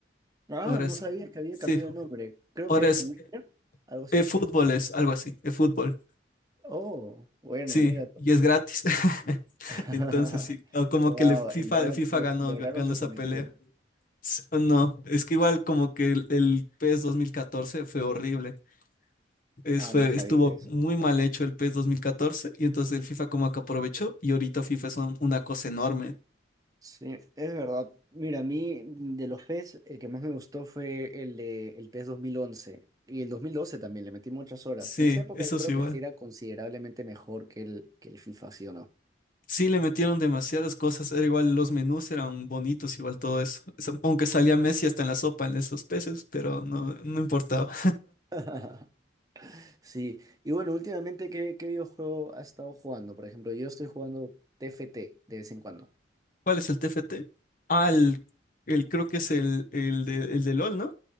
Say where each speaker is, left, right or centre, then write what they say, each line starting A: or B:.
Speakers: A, on the right (about 20°); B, on the left (about 45°).
A: Ah,
B: Ahora
A: no
B: es,
A: sabía que había
B: sí,
A: cambiado de nombre. Creo
B: ahora
A: que es
B: es
A: Winner, algo así.
B: E-fútbol es algo así, e-fútbol.
A: Oh, bueno,
B: Sí,
A: mira.
B: y es gratis. <laughs>
A: <laughs>
B: Entonces sí, o como
A: Wow,
B: que el FIFA,
A: en verdad
B: FIFA
A: lo-
B: ganó,
A: lograron
B: ganó
A: su
B: esa
A: cometido.
B: pelea. S- o No, es que igual como que el, el PES 2014 fue horrible. Es,
A: Ah,
B: fue-
A: no sabía
B: estuvo
A: eso.
B: muy mal hecho el PES 2014 y entonces el FIFA como que aprovechó y ahorita FIFA es un- una cosa enorme.
A: Sí, es verdad. Mira, a mí de los PES, el que más me gustó fue el de el PES dos mil once Y el 2012 también, le metí muchas horas.
B: Sí,
A: En esa época
B: eso
A: yo creo
B: es igual.
A: que sí era considerablemente mejor que el, que el FIFA, ¿sí o no?
B: Sí, le metieron demasiadas cosas, era igual los menús eran bonitos, igual todo eso. Supongo que salía Messi hasta en la sopa en esos peces, pero no, no importaba.
A: <laughs> Sí, y bueno, últimamente, ¿qué, qué videojuego has estado jugando? Por ejemplo, yo estoy jugando TFT de vez en cuando.
B: ¿Cuál es el TFT? Ah, el, el- creo que es el, el de, el de LOL, ¿no?